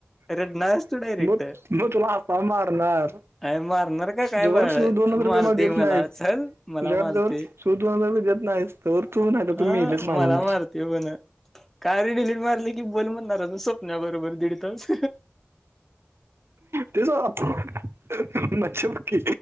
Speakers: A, in the centre; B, on the right.
A: रेडनास तू डायरेक्ट,
B: मग मग तुला हाता मारणार
A: आय मारणार का काय
B: जवळ
A: म.
B: तू दोन हजार रुपये
A: मारतय
B: देत नाहीस
A: मला चल
B: तुझ्याकडे
A: मला मारतय.
B: जवळ तू दोन हजार रुपये देत नाहीस तर तू नाही तर
A: हा
B: तू मेलेस माझ्यांना
A: मला मारतोय मन कार्य डिलीट मार. की बोल म्हणणारा स्वप्न्या बरोबर दीड तास.
B: तेच <unintelligible> मच्छी बाकी.